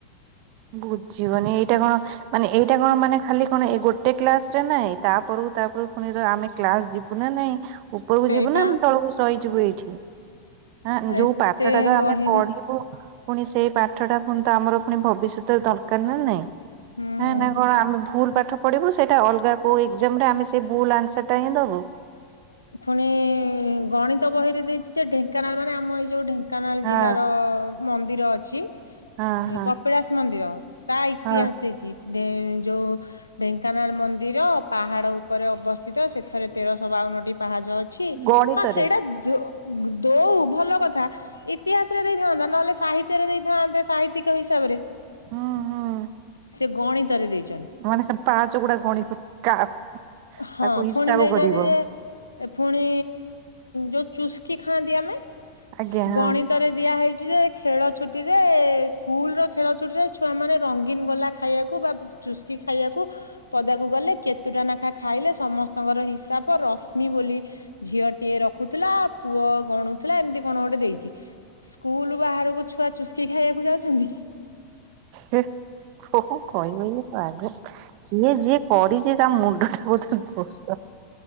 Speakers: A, on the right; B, on the left.
A: ବୁଝିବନି ଏଇଟା କଣ ମାନେ ଏଇଟା କଣ ମାନେ ଖାଲି କଣ ଏଇ ଗୋଟେ ଗୋଟେ କ୍ଲାସରେ ନାହିଁ। ତାପରକୁ ତାପରକୁ ପୁଣି ତ ଆମେ କ୍ଲାସ୍ ଯିବୁ ନା ନାହିଁ? ଉପରକୁ
B: ସେଇପା
A: ଯିବୁ ନା ଆମେ ତଳକୁ ସହିଯିବୁ ଏଇଠି। ଆଁ ଯୋଉ
B: ଏତେ
A: ପାଠ ଟା ତ
B: ବହିରେ
A: ଆମେ ପଢି ବୁ ପୁଣି ସେଇ ପାଠ ଟା ପୁଣି ତ ଆମର ପୁଣି ଭବିଷ୍ୟତ ଦରକାର ନା ନାଇଁ।
B: ହୁଁ।
A: ହେଁ ନା କଣ ଆମେ ଭୁଲ ପାଠ ପଡ଼ିବୁ। ସେଇଟା ଅଲଗା କୋଉ ଏଗଜାମରେ ଆମେ ସେଇ ଭୁଲ୍ ଆନ୍ସରଟା ହିଁ ଦେବୁ।
B: ଫୁଣି ଗଣିତ ବହିରେ ଦେଇଛି ଯେ ଢେଙ୍କାନାଳ ମାନେ ଆମ ଏଇ ଯୋଉ ଢେଙ୍କା ଢେଙ୍କାନାଳ
A: ହଁ
B: ଜିଲ୍ଲାର ର ମନ୍ଦିର ଅଛି।
A: ହଁ ହଁ
B: କପିଳାସ ମନ୍ଦିର। ତା ଇତିହାସ
A: ହଁ
B: ଦେଇଛି ଯେ ଯୋଉ ଢେଙ୍କାନାଳ ମନ୍ଦିର ପାହାଡ ଉପରେ ଅବସ୍ଥିତ। ସେଥିରେ ତେରଶହ ବାଉନଟି ପାହାଚ ଅଛି।
A: ଗଣିତରେ
B: ହଁ ସେଇଟା ଦୋ ଦୋଉ ଭଲ କଥା। ଇତିହାସ ରେ ଦେଇଥାନ୍ତା। ନହେଲେ ସାହିତ୍ୟରେ ଦେଇଥାନ୍ତେ ସାହିତ୍ୟିକ ହିସାବରେ।
A: ହୁଁ ହୁଁ
B: ସେ ଗଣିତରେ ଦେଇଛି।
A: ମାନେ ସେ ପାହାଚଗୁଡା ଗଣିତ କା
B: ହଁ
A: ତାକୁ ହିସାବ
B: ଫୁଣି ଦେଇଛନ୍ତି
A: କରିବ
B: ଯେ ଏ ପୁଣି ଯୋଉ ଚୁସ୍କି ଖାଆନ୍ତି ଆମେ
A: ଆଜ୍ଞା
B: ଗଣିତରେ
A: ହଁ।
B: ଦିଆ ହେଇଛି ଯେ ଖେଳ ଛୁଟି ରେ ସ୍କୁଲ ର ଖେଳ ଛୁଟି ରେ ଛୁଆ ମାନେ ରଙ୍ଗୀନ ଗୋଲା ଖାଇବାକୁ ବା ଚୁସ୍କି ଖାଇବାକୁ ପଦାକୁ ଗଲେ କେତୁ ଟା ନା ଖା ଖାଇଲେ ସମସ୍ତଙ୍କର ହିସାବ ରଶ୍ମି ବୋଲି ଝିଅ ଟିଏ ରଖୁଥିଲା। ପୁଅ ଗଣୁଥିଲା। ଏମିତି କଣ ଗୋଟେ ଦେଇଛି। ସ୍କୁଲ ବାହାରକୁ ଛୁଆ ଚୁସ୍କି ଖାଇବାକୁ ଯାଉଛନ୍ତି କି?
A: ହେ କଣ କହିବ ଇଏ ପାଗେଳି। କିଏ ଯିଏ କରିଚି ତା ମୁଣ୍ଡଟା ବୋଧେ ଦୋଷ।